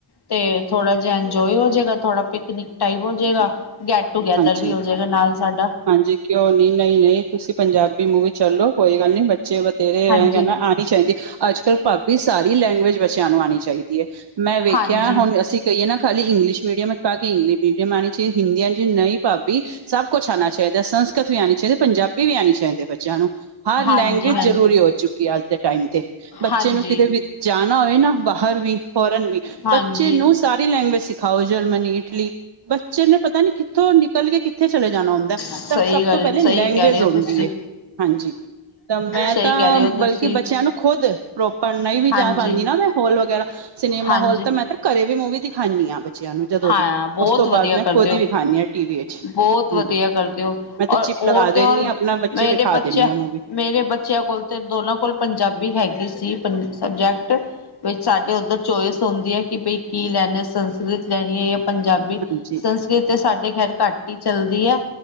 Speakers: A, on the left (about 55°); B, on the right (about 55°).
A: ਤੇ ਥੋੜਾ ਜਿਹਾ ਇੰਜੋਏ ਹੋ ਜਾਏਗਾ, ਥੋੜਾ ਪਿਕਨਿਕ ਟਾਈਪ ਹੋ ਜਾਏਗਾ, ਗੈਟ ਟੂਗੈਦਰ
B: ਹਾਂਜੀ
A: ਵੀ ਹੋ ਜਾਏਗਾ ਨਾਲ ਸਾਡਾ
B: ਹਾਂਜੀ, ਕਿਉਂ ਨੀ ਨਹੀਂ, ਨਹੀਂ ਤੁਸੀਂ ਪੰਜਾਬੀ ਮੂਵੀ ਚੱਲੋ ਕੋਈ ਗੱਲ ਨੀ ਬੱਚੇ ਬਥੇਰੇ
A: ਹਾਂਜੀ
B: ਹੋਣਗੇ ਆਉਣੀ ਚਾਹੀਦੀ, ਅੱਜ -ਕੱਲ੍ਹ ਭਾਬੀ ਸਾਰੀ ਲੈਂਗੁਏਜ ਬੱਚਿਆਂ ਨੂੰ ਆਉਣੀ ਚਾਹੀਦੀ ਹੈ, ਮੈਂ ਵੇਖਿਆ
A: ਹਾਂਜੀ
B: ਹੁਣ ਅਸੀਂ ਕਹੀਏ ਨਾ ਖਾਲੀ ਇੰਗਲਿਸ਼ ਮੀਡੀਅਮ ਪਾ ਕੇ ਇੰਗਲਿਸ਼ ਮੀਡੀਅਮ ਆਉਣੀ ਚਾਹੀਦੀ, ਹਿੰਦੀ ਆ ਨਈ ਭਾਬੀ ਸਭ ਕੁਛ ਆਉਣਾ ਚਾਹੀਦਾ, ਸੰਸਕ੍ਰਿਤ ਵੀ ਆਉਣੀ ਚਾਹੀਦੀ, ਪੰਜਾਬੀ ਵੀ ਆਉਣੀ ਚਾਹੀਦੀ ਹੈ ਬੱਚਿਆਂ ਨੂੰ, ਹਰ
A: ਹਾਂਜੀ
B: ਲੈਂਗੁਏਜ
A: ਹਾਂਜੀ
B: ਜ਼ਰੂਰੀ ਹੋ ਚੁੱਕੀ ਹੈ ਅੱਜ ਦੇ ਟਾਈਮ ਤੇ ਬੱਚੇ
A: ਹਾਂਜੀ
B: ਨੂੰ ਕਿਤੇ ਵੀ ਜਾਣਾ ਹੋਏ ਨਾ ਬਾਹਰ ਵੀ, ਫੋਰਨ ਵੀ,
A: ਹਾਂਜੀ
B: ਬੱਚੇ ਨੂੰ ਸਾਰੀ ਲੈਂਗੁਏਜ ਸਿਖਾਓ ਜਰਮਨੀ, ਇਟਲੀ, ਬੱਚੇ ਨੂੰ ਪਤਾ ਨੀ ਕਿੱਥੋਂ ਨਿਕਲ ਕੇ ਕਿੱਥੇ ਚਲੇ ਜਾਣਾ ਹੁੰਦਾ
A: ਸਹੀ
B: ਤਾਂ, ਸਭ
A: ਗੱਲ
B: ਤੋਂ ਪਹਿਲੇ
A: ਸਹੀ
B: ਲੈਂਗੁਏਜ
A: ਕਹਿ ਰਹੇ ਹੋ
B: ਹੁੰਦੀ
A: ਤੁਸੀਂ
B: ਹੈ ਹਾਂਜੀ, ਤਾਂ ਮੈਂ
A: ਸਹੀ
B: ਤਾਂ
A: ਕਹਿ ਰਹੇ ਹੋ
B: ਬਲਕਿ
A: ਤੁਸੀਂ
B: ਬੱਚਿਆਂ ਨੂੰ ਖੁਦ, ਪ੍ਰੋਪਰ ਨਹੀਂ ਵੀ
A: ਹਾਂਜੀ
B: ਜਾ ਪਾਉਂਦੀ ਨਾ, ਮੈਂ ਹੋਲ ਵਗੈਰਾ, ਸਿਨੇਮਾ
A: ਹਾਂਜੀ
B: ਹਾਲ ਤਾਂ ਮੈਂ ਤਾਂ ਘਰੇ ਵੀ ਮੂਵੀ ਦਿਖਾਉਂਦੀ ਹਾਂ ਬੱਚਿਆਂ ਨੂੰ ਜਦੋਂ
A: ਹਾਂ
B: ਦੀ,
A: ਬਹੁਤ
B: ਉਸ ਤੋਂ
A: ਵਧੀਆ
B: ਬਾਅਦ ਮੈਂ
A: ਕਰਦੇ
B: ਖੁਦ
A: ਹੋ
B: ਹੀ ਵਿਖਾਉਂਦੀ ਹਾਂ ਟੀਵੀ ਵਿਚ,
A: ਬਹੁਤ
B: ਹਮ,
A: ਵਧੀਆ ਕਰਦੇ ਹੋ
B: ਮੈਂ ਤੇ
A: ਔਰ
B: ਚਿਪ
A: ਹੋਰ
B: ਲਗਾ ਦਿੰਦੀ
A: ਤੇ ਹੋਰ
B: ਹਾਂ ਆਪਣਾ ਬੱਚੇ
A: ਮੇਰੇ
B: ਨੂੰ ਵਿਖਾ
A: ਬੱਚਿਆਂ
B: ਦਿੰਦੀ ਹਾਂ ਮੂਵੀ
A: ਮੇਰੇ ਬੱਚਿਆਂ ਕੋਲ ਤੇ ਦੋਨਾਂ ਕੋਲ ਪੰਜਾਬੀ ਹੈਗੀ ਸੀ, ਸਬਜੈਕਟ, ਵਿਚ ਸਾਡੇ ਉਧਰ ਚੋਇਸ ਹੁੰਦੀ ਹੈ ਕਿ ਬਈ ਕੀ ਲੈਣਾ ਸੰਸਕ੍ਰਿਤ ਲੈਣੀ ਹੈ ਜਾਂ ਪੰਜਾਬੀ
B: ਹਾਂਜੀ ਹਾਂਜੀ
A: ਸੰਸਕ੍ਰਿਤ ਸਾਡੇ ਖੈਰ ਘੱਟ ਹੀ ਚੱਲਦੀ ਹੈ